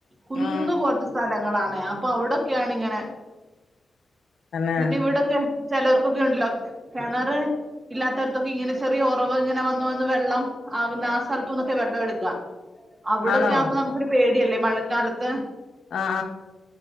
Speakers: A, on the right; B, on the left.
A: കുന്ന്
B: ആ
A: പോലത്തെ സ്ഥലങ്ങളാണ് അപ്പൊ അവിടൊക്കെയാണ്ങ്ങനെ
B: തന്നെ
A: പിന്നെ ഇവിടൊക്കെ ചിലർക്കൊക്കെ ഉണ്ടല്ലോ കാണാറ് ഇല്ലാത്തരത്തൊക്കെ ഇങ്ങനെ ചെറിയ ഉറവ് ഇങ്ങനെ വന്ന വന്ന് വെള്ളം ആകുന്ന ആ സ്ഥലത്ത നിന്നൊക്കെ വെള്ളംെടു വ അവിടൊക്കെ
B: ആണോ
A: ആവുമ്പോ നമുക്കൊരു പേടിയല്ലേ മഴക്കാലത്ത്
B: ആ